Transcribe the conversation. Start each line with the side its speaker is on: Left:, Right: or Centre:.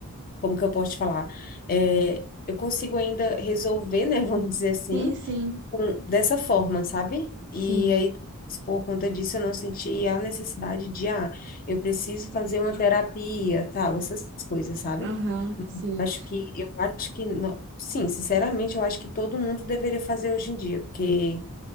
Left: como que eu posso te falar? É, eu consigo ainda resolver, né, <laughs> vamos dizer assim,
Right: Sim, sim,
Left: com- dessa forma, sabe?
Right: sim.
Left: E aí, por conta disso, eu não senti a necessidade de, ah, eu preciso fazer uma terapia, tal, essas coisas, sabe?
Right: Aham,
Left: Mas
Right: sim.
Left: eu acho que, eu acho que, no- sim, sinceramente, eu acho que todo mundo deveria fazer hoje em dia, porque